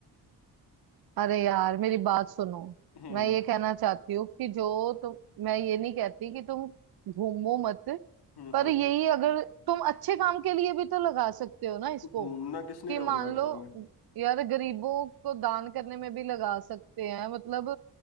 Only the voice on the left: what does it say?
हम्म
हम्म
हम्म
घूमना किसने
का
बुरा
काम है